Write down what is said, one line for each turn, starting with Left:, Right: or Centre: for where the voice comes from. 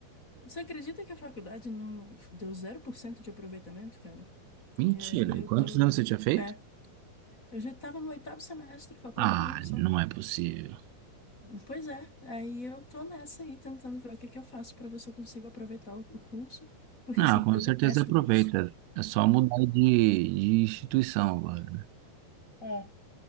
Left: Você acredita que a faculdade não deu zero por cento de aproveitamento, cara?
Right: Mentira,
Left: E aí eu
Right: e quantos
Left: tô.
Right: anos você tinha feito?
Left: É, eu já tava no oitavo semestre, faltava
Right: Ah,
Left: um ano só.
Right: não é possível.
Left: Pois é, aí eu tô nessa aí, tentando ver o que que eu faço pra ver se eu consigo aproveitar o o curso. Porque
Right: Ah,
Left: assim,
Right: com
Left: eu
Right: certeza
Left: detesto
Right: aproveita.
Left: o curso.
Right: É só mudar de, de instituição agora. né?
Left: É.